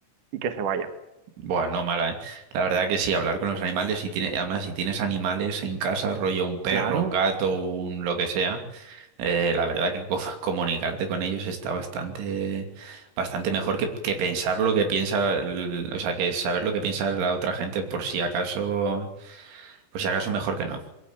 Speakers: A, on the right; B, on the right.
A: Y que se vaya.
B: Bueno, mala, ¿eh? La verdad que sí, hablar con los animales, y tiene, además si tienes animales en casa, rollo un perro,
A: Claro,
B: un gato, un lo que sea. Eh, la verdad que co- <laughs> comunicarte con ellos está bastante, bastante mejor que, que pensar lo que piensa, el- o sea, que saber lo que piensa la otra gente por si acaso, por si acaso mejor que no.